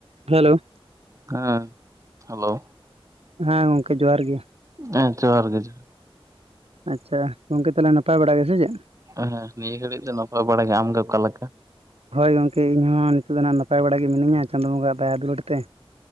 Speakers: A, on the right; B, on the right.
A: Hello.
B: ᱦᱮᱸ, hello.
A: ᱦᱮᱸ ᱜᱚᱝᱠᱮ ᱡᱚᱦᱟᱨ ᱜᱮ᱾
B: ᱦᱮᱸ ᱡᱚᱦᱟᱨ ᱜᱮ ᱡᱚᱼᱼ
A: ᱟᱪᱪᱷᱟ, ᱜᱚᱝᱠᱮ ᱛᱟᱦᱚᱞᱮ ᱱᱟᱯᱟᱭ ᱵᱟᱲᱟ ᱜᱮ ᱥᱮ ᱪᱮᱫ?
B: ᱦᱮᱸ ᱦᱮᱸ ᱱᱤᱭᱟᱹ ᱜᱷᱟᱹᱲᱤᱡ ᱫᱚ ᱱᱟᱯᱟᱭ ᱵᱟᱲᱟ ᱜᱮ ᱟᱢ ᱜᱮ ᱚᱠᱟ ᱞᱮᱠᱟ?
A: ᱦᱳᱭ ᱜᱚᱢᱠᱮ ᱤᱧᱦᱚᱸ ᱱᱤᱛᱚᱜ ᱫᱚ ᱱᱟᱜ ᱱᱟᱯᱟᱭ ᱵᱟᱲᱟᱜ ᱜᱮ ᱢᱤᱱᱟᱹᱧᱟ ᱪᱟᱸᱫᱳ ᱵᱚᱸᱜᱟᱜ ᱫᱟᱭᱟ ᱫᱩᱞᱟᱹᱲ ᱛᱮ᱾